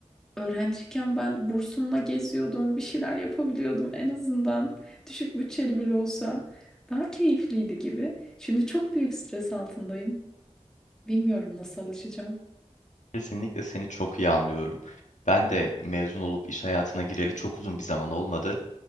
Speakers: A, in the centre; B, on the left.
A: öğrenciyken ben bursumla geziyordum, bir şeyler yapabiliyordum en azından. Düşük bütçeli bile olsa daha keyifliydi gibi. Şimdi çok büyük stres altındayım. Bilmiyorum nasıl alışacağım.
B: Kesinlikle seni çok iyi anlıyorum. Ben de mezun olup iş hayatına gireli çok uzun bir zaman olmadı.